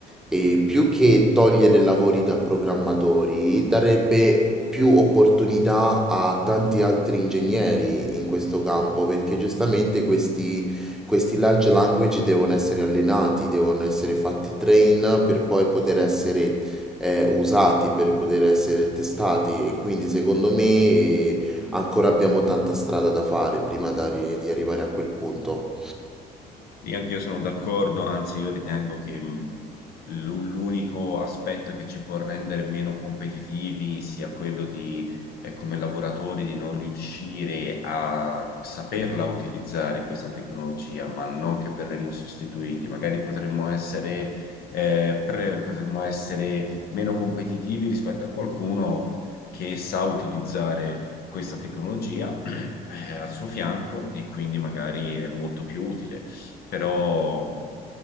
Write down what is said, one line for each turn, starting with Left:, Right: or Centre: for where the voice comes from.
Centre: eh, più che togliere lavori da programmatori, darebbe più opportunità a tanti altri ingegneri in questo campo, perché giustamente questi, questi large language devono essere allenati, devono essere fatti train per poi poter essere eh, usati per poter essere testati e quindi secondo me eh, ancora abbiamo tanta strada da fare prima d'arri- di arrivare a quel punto.
Left: Sì, anch'io sono d'accordo, anzi io ritengo che mh, l'u- l'unico aspetto che ci può rendere meno competitivi sia quello di, eh, come lavoratori, di non riuscire a saperla utilizzare questa tecnologia, ma non che verremmo sostituiti. Magari potremmo essere, eh, pre- potremmo essere meno competitivi rispetto a qualcuno che sa utilizzare questa tecnologia, <clears throat> eh, al suo fianco e quindi magari è molto più utile però